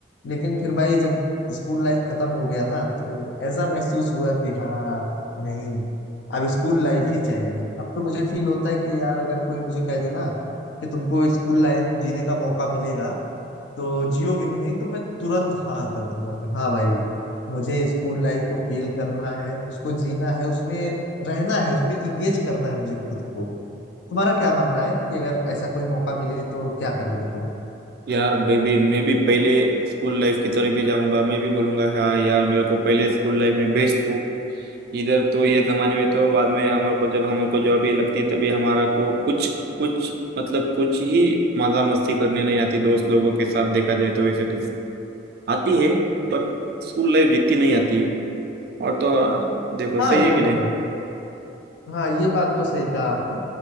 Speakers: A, on the left; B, on the right.
A: लेकिन फिर भाई जब स्कूल लाइफ खत्म हो गया ना तो ऐसा महसूस हुआ कि हाँ नहीं अब स्कूल लाइफ ही चाहिए अब तो मुझे फील होता है कि यार अगर कोई मुझे कह दे ना कि तुमको स्कूल लाइफ जीने का मौका मिलेगा तो जियोगे कि नहीं तो मैं तुरंत हाँ कर दूंगा कि हाँ भाई मुझे स्कूल लाइफ को फील करना है उसको जीना है उसमें रहना है उसमें इंगेज करना है मुझे खुद को तुम्हारा क्या मानना है कि अगर ऐसा कोई मौका मिले तो क्या करोगे तुम
B: यार बेबी मैं भी पहले स्कूल लाइफ की तरफ ही जाऊंगा मैं भी बोलूंगा हाँ यार मेरे को पहले स्कूल लाइफ में भेज तू इधर तो ये जमाने में तो बाद में हमारे को जब हमारे को जॉब ही लगती है तभी हमारा को कुछ कुछ मतलब कुछ ही मजा मस्ती करने नहीं आती दोस्त लोगों के साथ देखा जाए तो वैसे तो आती है पर स्कूल लाइफ जितनी नहीं आती है और तो हाँ, देखो
A: हाँ
B: सही
A: ये
B: है
A: तो
B: कि नहीं
A: है हाँ ये बात तो सही कहा आपने